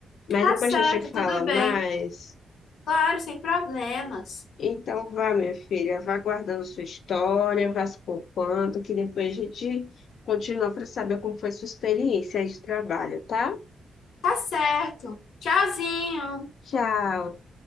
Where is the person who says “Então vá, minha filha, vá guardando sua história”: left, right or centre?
Left